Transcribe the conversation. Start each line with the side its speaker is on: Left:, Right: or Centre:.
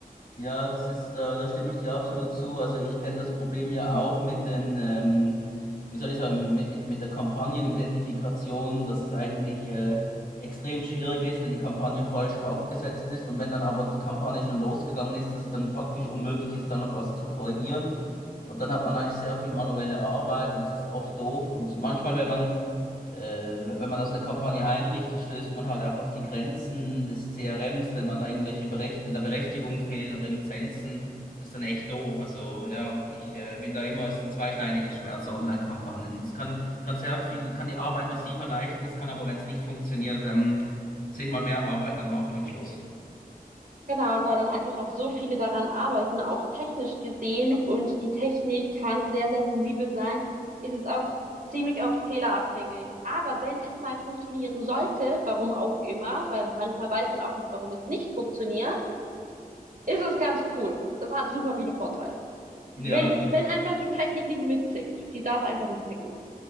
Left: Ja, das ist, da, da stimme ich dir absolut zu. Also ich kenne das Problem ja auch mit den, ähm, wie soll ich sagen, mit, mit, mit der Kampagnenidentifikation, dass es eigentlich äh, extrem schwierig ist, wenn die Kampagne falsch aufgesetzt ist und wenn dann aber die Kampagne schon losgegangen ist, dass es dann faktisch unmöglich ist, da noch was zu korrigieren. Und dann hat man eigentlich sehr viel manuelle Arbeit und das ist oft doof. Und manchmal, wenn man äh, wenn man das eine Kampagne einrichtet, stößt man halt auch auf die Grenzen des CRMs, wenn man da irgendwelche Berecht wenn da Berechtigungen fehlen oder Lizenzen, das ist dann echt doof. Also ja, ich äh, bin da immer, es ist ein zweischneidiges Schwert, so Online-Kampagnen. Es kann, kann sehr viel, kann die Arbeit massiv erleichtern, es kann aber, wenn es nicht funktioniert, ähm, zehnmal mehr Arbeit dann machen am Schluss.
Right: Genau, und weil dann einfach auch so viele daran arbeiten, auch technisch gesehen, und die Technik kann sehr, sehr sensibel sein, ist es auch ziemlich oft fehlerabhängig. Aber wenn es mal funktionieren sollte, warum auch immer, weil manchmal weiß man auch nicht, warum es nicht funktioniert, ist es ganz cool. Das hat super viele Vorteile.
Left: Ja,
Right: Wenn, wenn einfach die Technik nicht mitzickt. Die darf einfach nicht zicken.